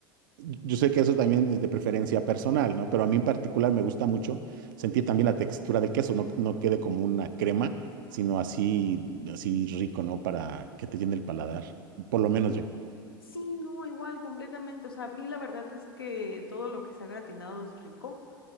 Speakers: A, on the right (about 60°); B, on the left (about 80°).
A: yo sé que eso también es de preferencia personal, ¿no? Pero a mí en particular me gusta mucho sentir también la textura del queso, no, no quede como una crema, sino así, así rico, ¿no? Para que te llene el paladar, por lo menos yo.
B: Sí, no, igual, completamente. O sea, a mí la verdad es que todo lo que se ha gratinado es rico.